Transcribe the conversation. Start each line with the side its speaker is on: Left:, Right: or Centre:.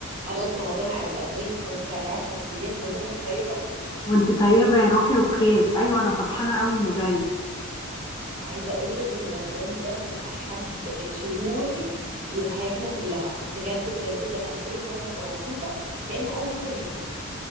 Right: خلاص رمضان على الابواب فاضل عليه 10 ايام كل سنه وانت طيبه
Left: وانت طيبة يا روحي وبخير ايوه انا فرحانة قوي انه جاي
Right: عايزه اقول لك ان رمضان ده من احب الشهور اللي في حياتنا كلها بجد بجد بجد انا كل سنه ببقى مبسوطه كأن اول مره يجي